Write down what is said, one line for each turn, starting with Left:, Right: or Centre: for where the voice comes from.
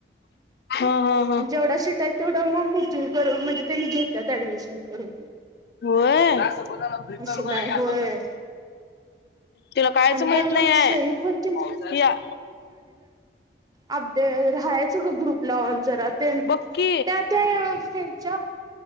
Left: हा हा हा.
Right: आणि जेवढ्या सीट तेवढं मग बुकिंग करून म्हणजे त्यांनी घेतात ऍडमिशन करून
Left: फज
Right: असं
Left: चाल्
Right: नाही होय
Left: तिला कायच
Right: आणि
Left: माहित
Right: काय मग
Left: नाही
Right: सई
Left: आहेळ्या
Right: पण त्यांची <unintelligible> ते राहायचं ग ग्रुपला ऑन जरा त्या
Left: बक्की
Right: ते च्या